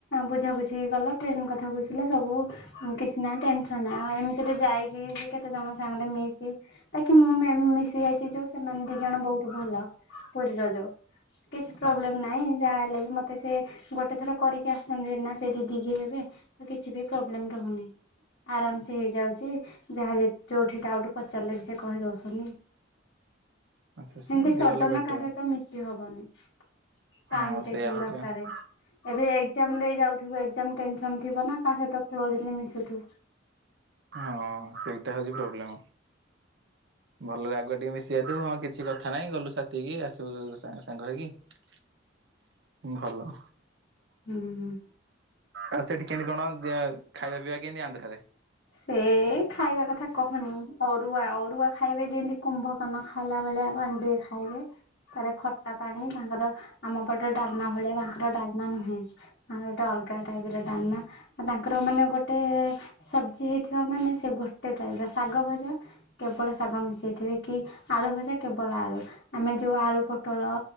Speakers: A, on the left; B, on the right.
A: ବୁଝା ବୁଝିକି ଗଲା ଟ୍ରେନ କଥା ବୁଝିଲା ସବୁ। କିଛି ନା ଟେନସନ ଏମିତିରେ ଯାଇକି କେତେ ଜଣ ସାଙ୍ଗରେ ମିଶି ବାକି ମୁଁ ମିଶି ଯାଇଛି ଯୋଉ ସେମାନେ ଦି ଜଣ ବହୁତ ଭଲ ପୁରୀର ଯୋଉ କିଛି ପ୍ରୋବ୍ଲେମ
B: ଆଚ୍ଛା
A: ନାଇଁ ଯାହାହଲେ ବି ମତେ ସେ ଗୋଟେ ଥର କରିକି ଆସନ୍ତି ନା ସେ ଦିଦି ଯିଏ ହେବେ। ତ କିଛି ବି ପ୍ରୋବ୍ଲେମ ରହୁନି। ଆରାମ ସେ ହେଇଯାଉଛି ଯାହା ଯେ ଯୋଉଠି ଡାଉଟ୍ ପଚାରିଲେ ବି ସେ କହି ଦଉଛନ୍ତି।
B: ଆଚ୍ଛା ସେମିତି
A: ଏମିତି ସଡ଼ନ
B: ଗଲେ ବେଟର
A: କାହା ସହିତ ମିଶି ହବନି।
B: ହଁ
A: ଟାଇମ୍ ଟେକିଂ
B: ସେଇୟା ହଉଛି
A: ଦରକାରେ।
B: ବା
A: ଏବେ ଏକ୍ଜାମ ଦେଇ ଯାଉଥିବୁ ଏକଜାମ୍ ଟେନସନ ଥିବ ନା କା ସହିତ କ୍ଲୋଜଲି ମିଶୁଥିବୁ।
B: ହଁ ସେଇଟା ହଉଛି ପ୍ରୋବ୍ଲେମ ଭଲରେ ଆଗୁଆ ଟିକେ ମିଶି ଯାଇଥିବ ହଁ କିଛି କଥା ନାହିଁ ଗଲୁ ସାଥି କି ଆସି ସବୁ ସାଙ୍ଗ ସାଙ୍ଗ ହେଇକି ଭଲ
A: ହୁଁ
B: ଆଉ ସେଠି କେମିତି କଣ ଖାଇବା ପିଇବା କେମିତି ଆନ୍ଧ୍ରାରେ।
A: ସେ ଏ ଖାଇବା କଥା କହନି ଅରୁଆ ଅରୁଆ ଖାଇବେ ଯେମିତି କୁମ୍ଭକର୍ଣ୍ଣ ଖାଇଲା ଭଳିଆ ଖଣ୍ଡେ ଖାଇବେ ତା ଖଟା ପାଣି ତାଙ୍କର ଆମ ପଟ ଡାଲମା ଭଳିଆ ତାଙ୍କର ଡାଲମା ନୁହେଁ। ଆ ଗୋଟେ ଅଲଗା ଟାଇପ ର ଡାଲମା ଆଉ ତାଙ୍କର ମାନେ ଗୋଟେ ସବ ପାଚି ହେଇଥିବା ମାନେ ସେ ଗୋଟେ ଟାଇପର ଶାଗ ଭଜା କେବଳ ଶାଗ ମିଶେଇଥିବେ କି ଆଳୁ ଭଜା କେବଳ ଆଳୁ ଆମେ ଯୋଉ ଆଳୁ ପୋଟଳ